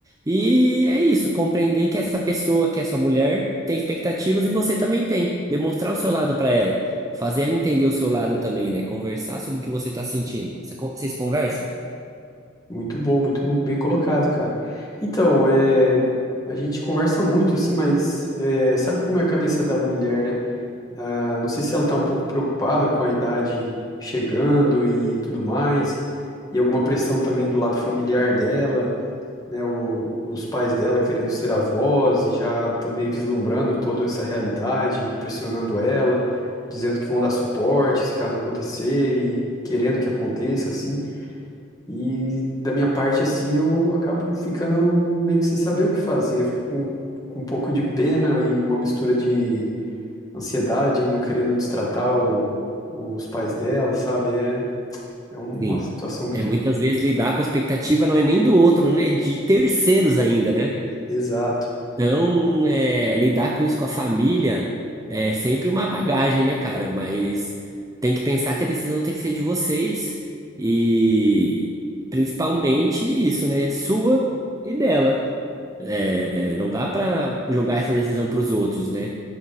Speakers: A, on the right (about 15°); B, on the left (about 20°).
A: e é isso, compreender que essa pessoa, que é sua mulher, tem expectativas e você também tem. Demonstrar o seu lado para ela, fazer ela entender o seu lado também, né? Conversar sobre o que você está sentindo. Você con- Vocês conversam?
B: Muito bom, muito bom, bem colocado, cara. Então, é, a gente conversa muito, assim, mas é, sabe como é a cabeça da mulher, né? Ah, não sei se ela tá um pouco preocupada com a idade chegando e tudo mais, e alguma pressão também do lado familiar dela. né, o- os pais dela querendo ser avós e já também vislumbrando toda essa realidade, pressionando ela, dizendo que vão dar suporte se caso acontecer e querendo que aconteça, assim. E da minha parte, assim, eu acabo ficando meio que sem saber o que fazer, fico com, com um pouco de pena e uma mistura de ansiedade, não querendo destratar o- os pais dela, sabe? É, é uma
A: Sim.
B: situação muito
A: É muitas vezes lidar com a expectativa não é nem do outro, né? É de terceiros ainda, né?
B: exata.
A: Então, é, lidar com isso com a família é sempre uma bagagem, né, cara? Mas tem que pensar que a decisão tem que ser de vocês e principalmente isso, né? Sua e dela. É, não dá pra jogar essa decisão pros outros, né?